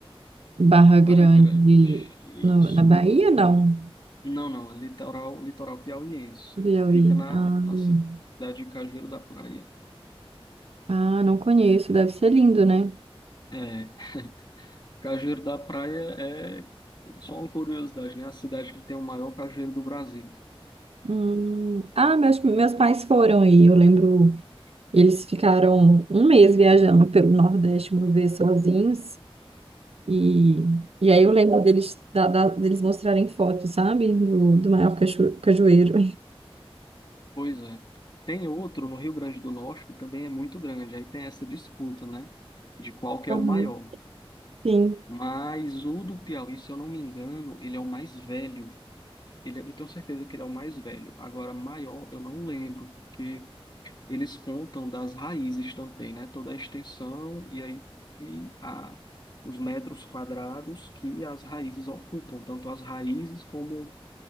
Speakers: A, on the right; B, on the left.
A: Barra Grande,
B: Barra Grande, isso.
A: no- na Bahia, não?
B: Não, não, é litoral, litoral piauiense.
A: No Piauí.
B: Fica na,
A: Ah, não
B: na cidade de Cajueiro da Praia.
A: Ah, não conheço. Deve ser lindo, né?
B: É, Cajueiro da Praia é só uma curiosidade, né? A cidade que tem o maior cajueiro do Brasil.
A: Hum. Ah, meus, meus pais foram aí. Eu lembro, eles ficaram um mês viajando pelo Nordeste uma vez sozinhos. E, e aí eu lembro deles, da- da- deles mostrarem fotos, sabe? Do, do maior cacho- cajueiro.
B: Pois é. Tem outro no Rio Grande do Norte que também é muito grande. Aí tem essa disputa, né? De qual que
A: <laughs>
B: é o maior.
A: Sim.
B: Mas o do Piauí, se eu não me engano, ele é o mais velho. Ele, é- eu tenho certeza que ele é o mais velho. Agora, maior, eu não lembro, porque eles contam das raízes também, né? Toda a extensão e aí e a, os metros quadrados que as raízes ocupam, tanto as raízes como